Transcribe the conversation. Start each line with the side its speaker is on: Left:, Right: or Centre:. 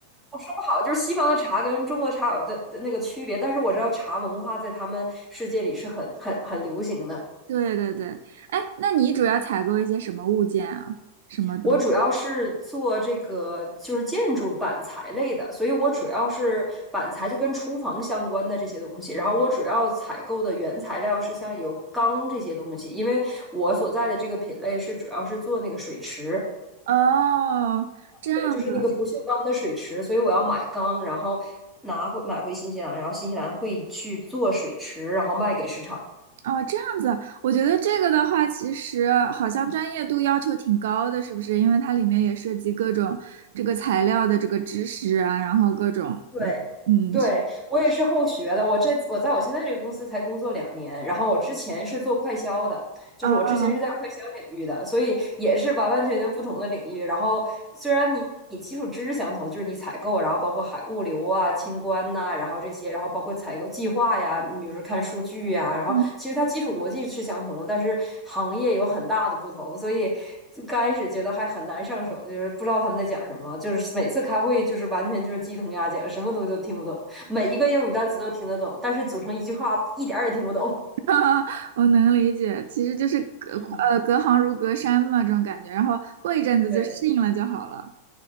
Centre: 我说不好，就是西方的茶跟中国茶有的的那个区别，但是我知道茶文化在他们世界里是很很很流行的。
Right: 对对对，哎，那你主要采购一些什么物件啊？什么东西？
Centre: 我主要是做这个就是建筑板材类的，所以我主要是板材就跟厨房相关的这些东西。然后我主要采购的原材料是像有钢这些东西，因为我所在的这个品类是主要是做那个水池，
Right: 哦，这样子，
Centre: 对，就是那个不锈钢的水池，所以我要买钢，然后拿回买回新西兰，然后新西兰会去做水池，然后卖给市场。
Right: 哦，这样子，我觉得这个的话，其实好像专业度要求挺高的，是不是？因为它里面也涉及各种这个材料的这个知识啊，然后各种，
Centre: 对，
Right: 嗯嗯，
Centre: 对，我也是后学的。我这我在我现在这个公司才工作两年，然后我之前是做快销的，就是我之前是在快销领域的，
Right: 啊，哦，
Centre: 所以也是完完全全不同的领域。然后虽然你你基础知识相同，就是你采购，然后包括海物流啊、清关呐、然后这些，然后包括采购计划呀，你比如说看数据呀，然后其实它基础逻辑是相同的，
Right: 嗯
Centre: 但是行业有很大的不同，所以就刚开始觉得还很难上手，就是不知道他们在讲什么，就是每次开会就是完全就是鸡同鸭讲，什么东西都听不懂。每一个英语单词都听得懂，但是组成一句话一点儿也听不懂。<laughs>
Right: 嗯，<laughs> 我能理解，其实就是隔呃隔行如隔山嘛，
Centre: 嗯，
Right: 这种感觉，然后过一阵子就适应了就好了。
Centre: 对